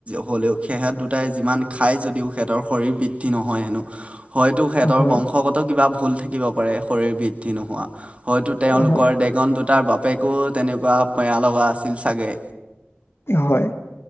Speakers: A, on the right; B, on the left.
A: হ'লেও সিহঁত দুটাই যিমান খায় যদিও সিহঁতৰ শৰীৰ বৃ দ্ধি নহয় হেনো হয়তো সিহঁতৰ
B: হয়,
A: বংশগত কিবা ভুল থাকিব। শৰীৰ বৃদ্ধি নোহোৱা, হয়তো তেওঁলোকৰ
B: হয়,
A: ডেগন দুটাৰ বাপ বাপেকো তেনেকুৱা বেয়া লগা আছিল চাগে।
B: হয়।